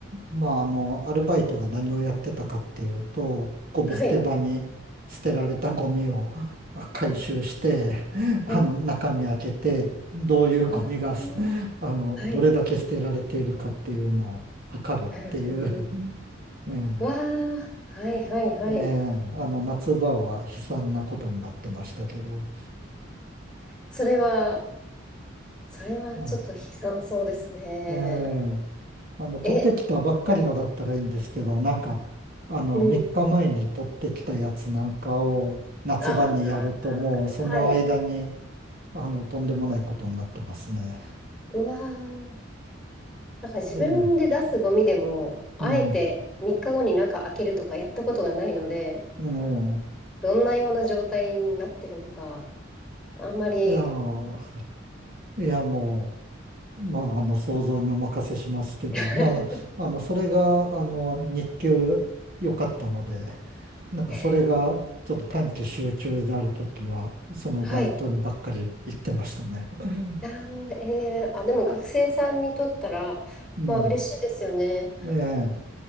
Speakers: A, on the right; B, in the centre.
A: まあ、あの、アルバイトが何をやってたかっていうと、ゴミ捨て場に捨てられたゴミを
B: はい。
A: <laughs> あ回収して、<laughs> あの、
B: はい。
A: 中身開けて、どういうゴミがす、
B: あー
A: あの、
B: はい。
A: どれだけ捨てられているかっていうのを測るっていう、
B: うんうんうん。
A: <laughs> ね
B: わあ、はいはいはい。
A: えええあの、夏場は悲惨なことになってましたけど、
B: それは、それはちょっと悲惨そうですね。
A: うんええあの、取ってきたばっかりのだったらいいんですけど、
B: え、な
A: なんか、あの、
B: うん。
A: 3日前に取ってきたやつなんかを夏場にやると、
B: ああ、
A: もうその間に、
B: はい。
A: あの、とんでもないことになってますね。
B: うわーなんか自分で出すゴミでも、
A: ええ、
B: あえて3日後に中開けるとかやったことがないので、
A: うん、え
B: どんなような状態になってるのか、あんまり、
A: え、いやー、いや、もう、まあ、あの、想像にお任せしますけど、
B: <laughs>
A: まあ、あの、それが、あの、日給良かったので、なんかそれが、
B: えー
A: ちょっと短期集中であるときは、そのバイトにばっかり行ってましたね。
B: はい。
A: うん。
B: あー、えーあ、でも学生さんにとったら、
A: うん
B: まあ嬉しいですよね。
A: ええ、